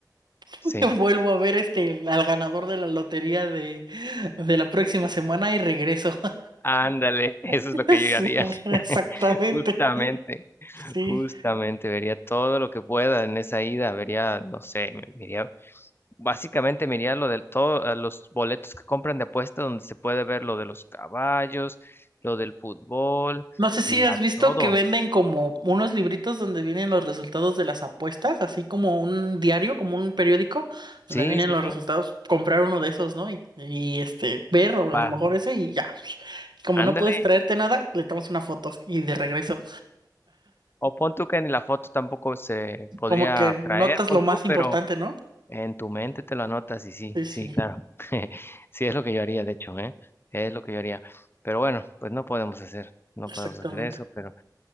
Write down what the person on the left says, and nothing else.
Sí.
Ándale, <laughs> eso
es lo que
yo haría.
<laughs> Justamente,
justamente, vería todo lo que pueda en esa ida, vería, no sé, me- me básicamente miraría lo de todos los boletos que compran de apuesta donde se puede ver lo de los caballos, lo del fútbol
y
a
todo.
Sí,
sí,
sí.
Pa,
ándale.
O pon tú que ni la foto tampoco se podría
traer, pon
tú,
pero
En tu mente te lo anotas y sí,
sí,
claro. <laughs> Sí, es lo que yo haría, de hecho, ¿eh? Es lo que yo haría. Pero bueno, pues no podemos hacer, no
podemos hacer eso, pero